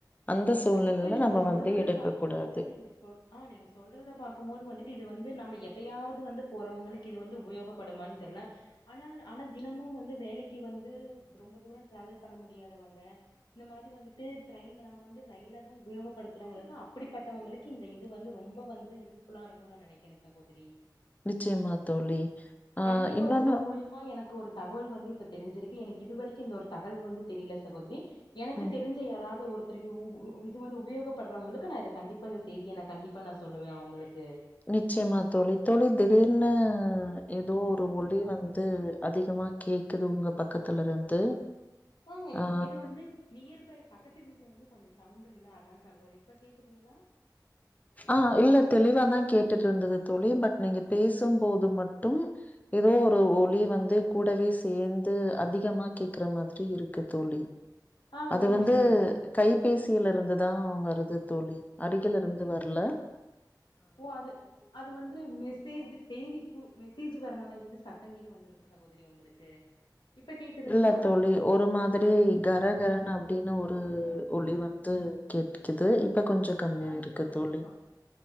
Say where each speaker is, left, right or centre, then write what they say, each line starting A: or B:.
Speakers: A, on the left; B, on the left.
A: அந்த சூழ்நிலைல
B: கண்டிப்பா நீங்க
A: நம்ம
B: சொல்றத
A: வந்து எடுக்க
B: பா
A: கூடாது
B: சகோதரி நீங்க சொல் ஆ நீங்க சொல்றத பாக்கும் போது வந்துட்டு இது வந்து நம்ம எப்பயாவது வந்து போறவங்களுக்கு இது வந்து உபயோகப்படுமானு தெரில ஆனா ஆனா தினமும் வந்து வேலைக்கு வந்து ந்து ரொம்ப தூரம் ட்ராவல் பண்ண முடியாதவங்க இந்த மாரி வந்துட்டு ட்ரெயின் நம்ம வந்து ரயில தான் உபயோகப்படுத்துறவங்களுக்கு அப்படிப்பட்டவங்களுக்கு இந்த இது வந்து ரொம்ப வந்து யூஸ்ஃபுல்லா இருக்கும்னு நான் நினைக்கிறேன் சகோதரி
A: நிச்சயமா தோழி ஆஹ்
B: கண்டிப்பா
A: இன்னொன்னு
B: உங்க மூலியமா எனக்கு ஒரு தகவல் வந்து இப்ப தெரிஞ்சிருக்கு எனக்கு இதுவரைக்கும் இந்த தகவல் வந்து தெரில சகோதரி எனக்கு
A: ம்
B: தெரிஞ்ச யாராவது ஒருத்தருக்கு இது வந்து உபயோகப்படுறவங்களுக்கு நான் இதை கண்டிப்பாக இந்த செய்தியை நான் கண்டிப்பாக நான் சொல்லுவேன் அவங்களுக்கு
A: நிச்சயமா தோழி தோழி திடீர்னு ஏதோ ஒரு ஒளி வந்து அதிகமா கேக்குது உங்க பக்கத்துல இருந்து
B: ஆஹ்
A: ஆ
B: இது வந்து நியர்பை பக்கத்து வீட்ல வந்து கொஞ்ச சௌன்ட் இல்ல அதா தகவதி இப்ப கேக்குதுங்களா
A: ஆஹ் இல்ல தெளிவாத கேட்டுட்டு இருந்தது தோழி பட் நீங்க பேசும்போது மட்டும் ஏதோ ஒரு
B: ஆ
A: ஒளி வந்து கூடவே என் து அதிகமா கேக்ற மாதிரி இருக்கு தோழி
B: ஆ,
A: அது
B: ஒரு நிமிஷோ
A: வந்து
B: இருங்க
A: கைபேசி கீழ இருந்து தா வருது தோழி அருகிலருந்து அது வர்ல
B: ஓ அது அது வந்து மெஸ்ஸேஜ் செய்திக்கு மெஸ்ஸேஜ் வரனால இது சத்தங்கீது வந்திருக்கோ சகோதரி தெரிய உங்களுக்கு இப்ப கேக்குதுங்களா
A: இல்ல தோழி ஒரு மாதிரி கரகரன்ன அப்டின்னு ஒரு ஒளி வந்து கேட்டுகிது இப்ப கொஞ்ச கம்மியா
B: ஆ
A: இருக்கு
B: இருங்க ஒரு
A: தோழி
B: நிமிஷோ